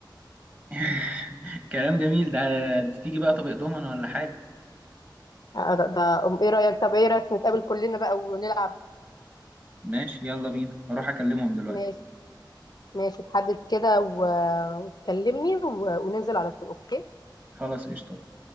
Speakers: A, on the right (about 20°); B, on the left (about 55°).
A: <laughs> كلام جميل ده أنت تيجي بقى طبق دومنا ولا حاجة
B: آه، ده ده- أم- ايه رأيك طب ايه رأيك نتقابل كلنا بقى ونلعب
A: ماشي يلا بينا هروح أكلمهم دلوقتي
B: ماشي ماشي تحدد كده و- وتكلمني و- وننزل على طول اوكي
A: خلاص قشطة